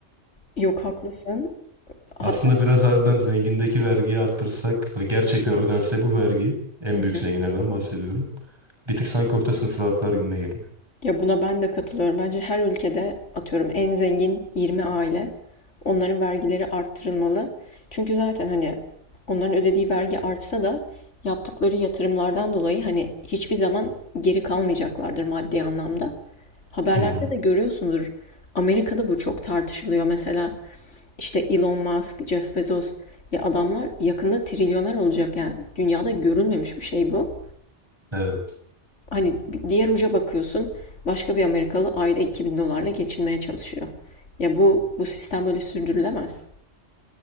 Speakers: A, on the left; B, on the right.
A: Yok, haklısın.
B: Aslında
A: Hatta
B: biraz harbiden zengindeki vergiyi arttırsak ve gerçekten ödense bu vergi en
A: Hı
B: büyük
A: hı.
B: zenginlerden bahsediyorum. Bir tık sanki orta sınıf rahatlar gibime geliyor.
A: Ya buna ben de katılıyorum. Bence her ülkede atıyorum en zengin 20 aile onların vergileri arttırılmalı. Çünkü zaten hani onların ödediği vergi artsa da yaptıkları yatırımlardan dolayı hani hiçbir zaman geri kalmayacaklardır maddi anlamda. Haberlerde
B: Hı hı.
A: de görüyorsundur. Amerika'da bu çok tartışılıyor. Mesela işte Elon Musk, Jeff Bezos ya adamlar yakında trilyoner olacak yani. Dünyada görülmemiş bir şey bu.
B: Evet.
A: Hani diğer uca bakıyorsun, başka bir Amerikalı ayda 2000 dolarla geçinmeye çalışıyor. Ya bu bu sistem böyle sürdürülemez.